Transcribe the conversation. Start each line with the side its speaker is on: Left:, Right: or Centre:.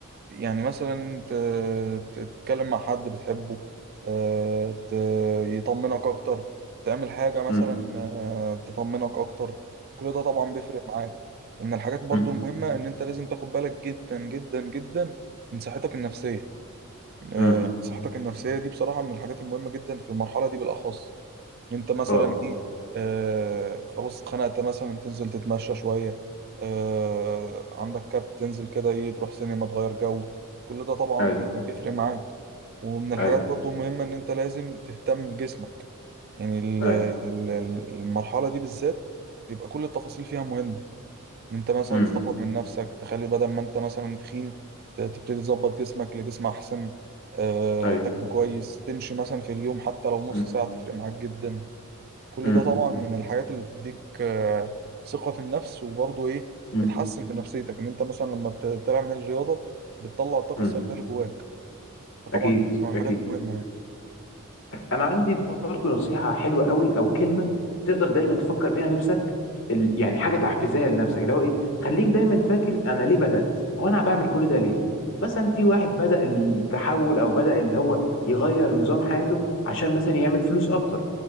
Right: يعني مثلا ت- ت- تتكلم مع حد بتحبه آه، ت- يطمنك أكتر تعمل حاجة مثلا
Left: امم
Right: آه، تطمنك أكتر كل ده طبعا بيفرق معاك ومن الحاجات برضو
Left: امم
Right: المهمة إن أنت لازم تاخد بالك جدا جدا جدا من صحتك النفسية آه،
Left: امم
Right: يعني صحتك النفسية دي بصراحة من الحاجات المهمة جدا في المرحلة دي بالأخص ان انت مثلا
Left: اه
Right: ايه آه خلاص اتخنقت مثلا تنزل تتمشى شوية آه عندك كات تنزل كده ايه تروح سينما تغير جو كل ده طبعا
Left: ايوه
Right: بي- بيفرق معاك ومن الحاجات
Left: ايوه
Right: برضو مهمة ان انت لازم تهتم بجسمك يعني ال-
Left: ايوه
Right: ال- المرحلة دي بالذات يبقى كل التفاصيل فيها مهمة ان انت مثلا
Left: امم
Right: تطور من نفسك تخلي بدل ما انت مثلا تخين ت- تبتدي تظبط جسمك لجسم احسن آه،
Left: ايوه
Right: تاكل كويس تمشي مثلا في اليوم حتى لو
Left: امم
Right: نص ساعة تفرق معاك جدا كل
Left: امم
Right: ده طبعا من الحاجات اللي بتديك آه، ثقة في النفس وبرضه ايه
Left: امم
Right: بتحسن في نفسيتك ان انت مثلا لما بت- بتعمل الرياضة بتطلع الطاقة
Left: أمم.
Right: السلبية اللي جواك فطبعا
Left: اكيد
Right: دي من الحاجات
Left: اكيد
Right: المهمة يعني
Left: انا عندي برضو نصيحة حلوة قوي او كلمة تقدر دايما تفكر بيها نفسك ال- يعني حاجة تحفيزية لنفسك اللي هو ايه خليك دايما فاكر انا ليه بدأت هو انا بعمل كل ده ليه مثلا في واحد بدأ التحول او بدأ اللي هو يغير نظام حياته عشان مثلا يعمل فلوس اكتر